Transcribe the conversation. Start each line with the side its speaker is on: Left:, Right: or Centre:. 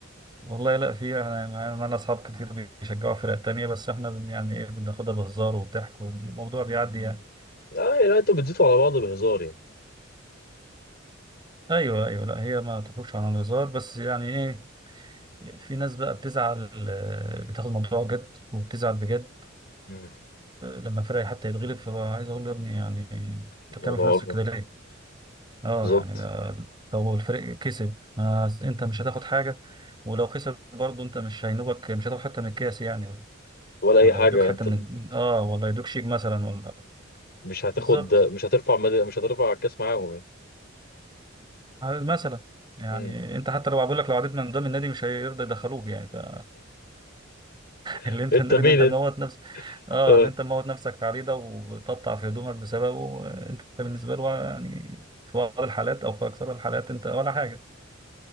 Right: والله لا في احنا معانا اصحاب كتير بيشجعوا فرق تانية بس احنا بن يعني ايه بناخدها بهزار وبضحك والموضوع بيعدي يعني
Left: اه يعني انتوا بتزيتوا على بعض بهزار يعني
Right: ايوه ايوه لا هي ما تخرجش عن الهزار بس يعني ايه في ناس بقى بتزعل آه، بتاخد الموضوع جد وبتزعل بجد
Left: مم.
Right: لما فرقي حتى يتغلب فبقى عايز اقول له يا ابني يعني انت
Left: الموضوع
Right: بتعمل في نفسك
Left: أكبر
Right: كده ليه؟ اه
Left: بالظبط
Right: يعني ده لو الفريق كسب ما انت مش هتاخد حاجه ولو خسر برضه انت مش هينوبك مش هتاخد حته من الكاس يعني
Left: ولا
Right: ولا
Left: أي حاجة
Right: يدوك حته
Left: انت
Right: من اه ولا يدوك شيك مثلا ولا
Left: مش هتاخد
Right: بالظبط
Left: مش هترفع مد... مش هترفع الكاس معاهم يعني
Right: مثلا يعني
Left: مم.
Right: انت حتى لو بقول لك لو عديت من قدام النادي مش هيرضى يدخلوك يعني <laughs>
Left: <laughs>
Right: اللي انت
Left: انت
Right: النادي
Left: مين
Right: اللي انت
Left: انت؟
Right: موت نفسك اه
Left: آه.
Right: اللي انت موت نفسك عليه ده وتقطع في هدومك بسببه آه، انت بالنسبه له يعني في بعض الحالات او في اكثر الحالات انت ولا حاجه